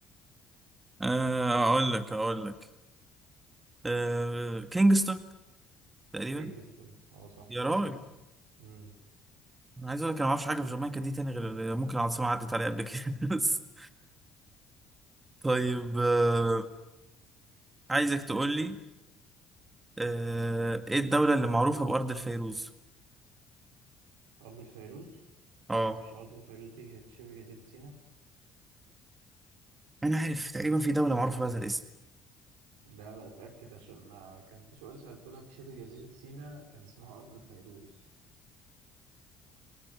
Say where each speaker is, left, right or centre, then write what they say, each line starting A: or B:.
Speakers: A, on the right; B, on the right.
A: آه، اقول لك اقول لك آه، كينجستون تقريبا
B: كينجستون اه صح
A: يا راجل
B: كينجستون امم
A: انا عايز اقول لك انا ما اعرفش حاجه في جامايكا دي تاني غير اللي ممكن العاصمه عدت عليها قبل كده <laughs> بس طيب آه،
B: ماشي
A: عايزك تقول لي آه، ايه الدوله اللي معروفه بارض الفيروز
B: أرض الفيروز
A: اه
B: إيه، مش أرض الفيروز دي كانت شبه جزيرة سيناء
A: انا عارف تقريبا في دوله معروفه بهذا الاسم
B: لا لا اتأكد عشان آه، كان في سؤال سألته لك شبه جزيرة سيناء كان اسمها أرض الفيروز